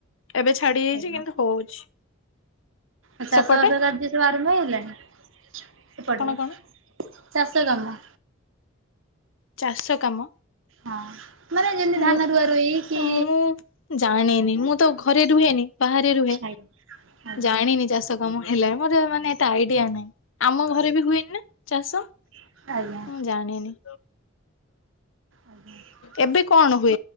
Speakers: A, on the left; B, on the right.
A: ଏବେ ଛାଡି ଯାଇଛି
B: ଆଜ୍ଞା।
A: କିନ୍ତୁ ହଉଛି।
B: ଆଉ ଚାଷ
A: ସେପଟେ
B: ବାସ କାର୍ଯ୍ୟ ସବୁ ଆରମ୍ଭ ହେଇ ହେଲାଣି ସେପଟରେ?
A: କଣ କଣ
B: ଚାଷ କାମ?
A: ଚାଷ କାମ
B: ହଁ ମାନେ ଯେମିତି
A: ମୁଁ
B: ଧାନ ରୁଆ ରୋଇ କି
A: ମୁଁ ଜାଣିନି ମୁଁ ତ ଘରେ ରୁହେନି ବାହାରେ ରୁହେ
B: ଆଜ୍ଞା। ଆଜ୍ଞା
A: ଜାଣିନି ଚାଷ ହେଲା ମୋର ମେ ଏତେ ଆଇଡିଆ ନଁ ଆମ ଘରେ ବି ହୁଏନି ନା ଚାଷ ମୁଁ
B: ଆଜ୍ଞା
A: ଜାଣିନି।
B: ଆଜ୍ଞା <inaudible>
A: ଏବେ କଣ ହୁଏ